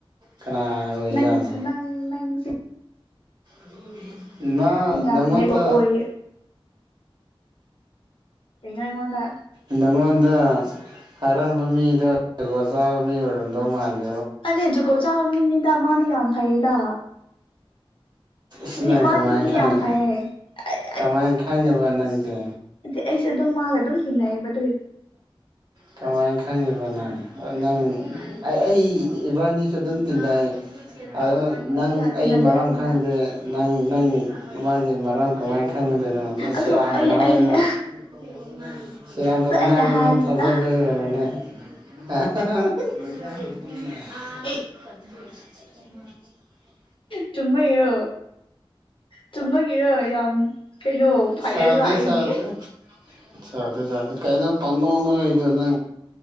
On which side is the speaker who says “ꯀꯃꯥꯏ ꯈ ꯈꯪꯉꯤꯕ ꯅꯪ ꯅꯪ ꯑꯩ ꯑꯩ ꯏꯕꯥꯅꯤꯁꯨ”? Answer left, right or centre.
Right